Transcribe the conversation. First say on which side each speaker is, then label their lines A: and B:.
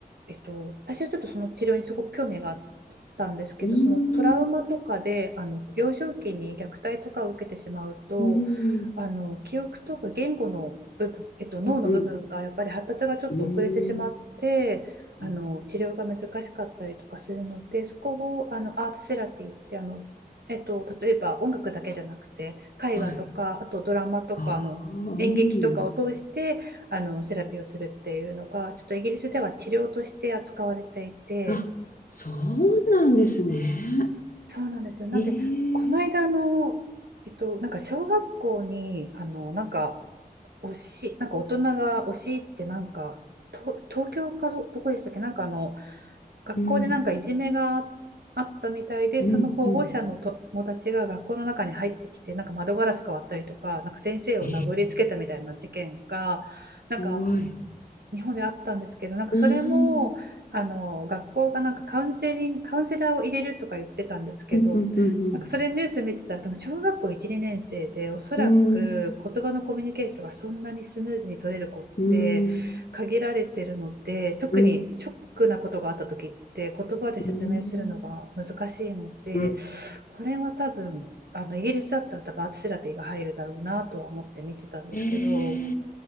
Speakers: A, on the right; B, on the left.
A: えっと、私はちょっとその治療にすごく興味があったんですけど、
B: うん、
A: そのトラウマとかで、
B: う
A: あの幼少期に虐待とかを受けてしまうと、
B: ん、
A: あの記憶とか言語の部分、えっと、脳の部分がやっぱり発達がちょっと遅れてしまって、
B: うん、うん。うん
A: あの治療が難しかったりとかするので、
B: うん。
A: そこをあのアートセラピーってあの、えっと、例えば音楽だけじゃなくて絵画とかあとドラマとかの演劇とかを通してあのセラピーをするっていうのがちょっとイギリスでは治療として扱われていて
B: はい。ああ、うん。あ、そうなんですね。
A: そうなんですよなんでこの間の、
B: ええ
A: えっと、なんか小学校にあのなんか推しなんか大人が推しってなんかと東京かど、どこでしたっけなんかあの学校でなんかいじめがあったみたいでその保護者の友達が学校の中に入ってきてなんか窓ガラス割ったりとか、
B: うん、うん、うん。
A: なんか先生を殴りつけたみたいな事件がなんか
B: ええ怖い。
A: 日本であったんですけど、なんかそれも、
B: うん、
A: あの、学校がなんかカウンセリング、カウンセラーを入れるとか言ってたんですけど、
B: うん、うん、うん、
A: なんかそれニュース見てたら、多分小学校1、2年生で、おそらく言葉のコミュニケーションがそんなにスムーズに取れる子って限られてるので、
B: うん、うん、
A: 特にショックなことがあった時って言葉で説明するのが難しいので、
B: うん、うん、うん。
A: これは多分、あのイギリスだったら多分アートセラピーが入るだろうなとは思って見てたんですけど、
B: ええ